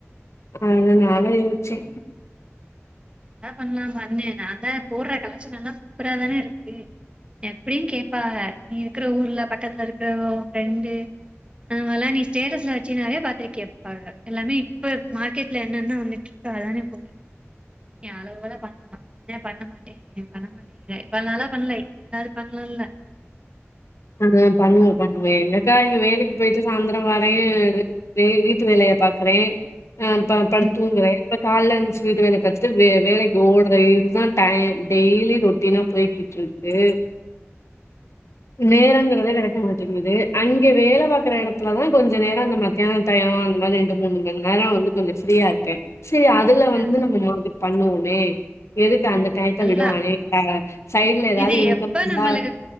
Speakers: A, on the left; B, on the right.
A: அது நால யோச்சே
B: அதா பண்லா வந்த நா தா போடுற கலக்ஷன் எல்லா சூப்பறாதான இருக்கு எப்படியு கேப்பாஹ நீ இருக்குற ஊர்ல பக்கத்துல இருக்குற உன் ஃப்ரெண்டு ஆவல்லா நீ ஸ்டேட்டஸ்ல வெச்சினாவே பாத்திடு கேட்பாங்க எல்லாமே இப்ப மார்க்கெட்ல என்னன்ன வந்துட்டுருக் இப்ப அதானே போடுற என் அளவுல பண்ணலா <inaudible> பண்ண மாட்டே பண்ண மாட்டேங்குற இப்ப நாலா பண்ணல இப்ப <unintelligible> பண்லாம்ல
A: அஹ் பண்ணுவோ பண்ணுவோ எங்கக்கா இங்க வேலைக்கு போயிட்டு சாந்தரம் வர ஏ வே வீட்டு வேல பாக்குறே அ ப படுத்
B: ம்
A: தூங்குற இப்ப கால்ல என்ச்சு வீட்டு வேல பாத்துட்டு வே வேலைக்கு ஓடுற இதுதா டயோ டெய்லி ரொட்டீனா போய்கிட்ருக்கு நேரங்கிறதே கெடைக்க மாட்டேங்குது அங்கே வேல பாக்குற எடத்துலதா கொஞ்ச நேரோ அந்த மத்யானோ டயோ ஓ அந்த மாரி ரெண்டு மூணு மண் நேரோ வந்து கொஞ்சோ ஃப்ரீயா இருப்ப சே அதுல வந்து
B: ஆ
A: நம்ம <unintelligible> பண்ணுவோமே எதுக் கு அந்த டயத்த
B: நல்லா
A: விடுவானே <inaudible> சைட்ல எதாவது
B: இது
A: இன்கம்
B: எப்ப
A: வந்தா
B: நம்மளுக்கு